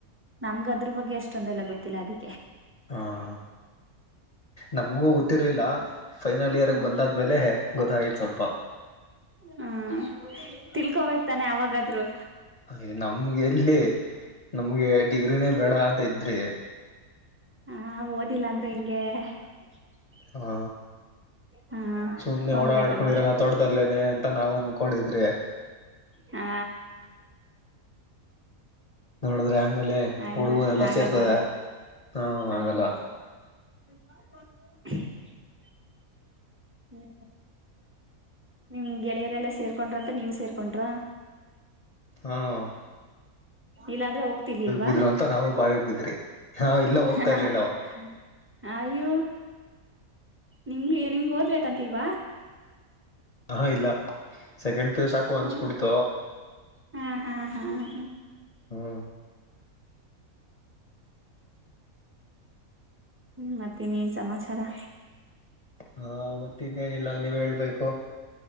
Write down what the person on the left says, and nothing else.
ಹಾ ಹಾ ನಮ್ಗೂ ಗೊತ್ತಿರಲಿಲ್ಲ ಫೈನಲ್ ಇಯರ್ಗೆ
ಬಂದಾದ್ಮೇಲೆ ಗೊತ್ತಾಗಿದ್ ಸ್ವಲ್ಪ.
ಹಾ ನಮ್ಗೆ ಎಲ್ಲಿ ನಮ್ಗೆ ಡಿಗ್ರಿನೇ ಬೇಡ ಅಂತ ಇದ್ರಿ
ಹಾ
ಸುಮ್ನೆ
ಓಡಾ ಆಡ್ಕೊಂಡಿರ <unintelligible> ಲ್ಲೇನೆ ಅಂತ ನಾವ್ ಅನ್ಕೊಂಡಿದ್ರಿ
ನೋಡಿದ್ರೆ ಆಮೇಲೆ
ಹುಡುಗರೆಲ್ಲ
ಸೇರ್ತದೆ ಹಾ
ಆಗಲ್ಲ
ಹ್ಮ್
ಬಿದ್ರು ಅಂತ ನಾವು ಬಾವಿಗೆ ಬಿದ್ರಿ ಹಾ ಇಲ್ಲ ಹೋಗ್ತಾ
ಇರ್ಲಿಲ್ಲ
ಹಾ ಇಲ್ಲ ಸೆಕೆಂಡ್ ಪಿ ಯು ಸಾಕು ಅನ್ಸ್ಬಿಡ್ತು.
ಹ್ಮ
ಹಾ ಮತ್ ಇನ್ನೇನಿಲ್ಲ ನೀವ್ ಹೇಳ್ಬೇಕು